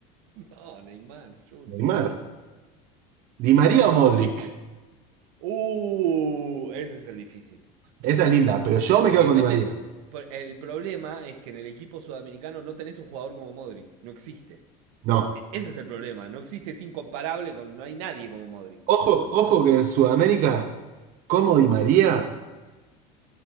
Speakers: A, on the right; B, on the right.
A: No, Neymar Junior.
B: Neymar. ¿Di María o Modric?
A: Uh, ese es el difícil.
B: Esa es linda, pero yo
A: Porque
B: me quedo con
A: no
B: Di María.
A: te. Por- El problema es que en el equipo sudamericano no tenés un jugador como Modric. No existe.
B: No.
A: Ese es el problema. No existe, es incomparable con. No hay nadie como Modric.
B: Ojo, ojo que en Sudamérica, como Di María,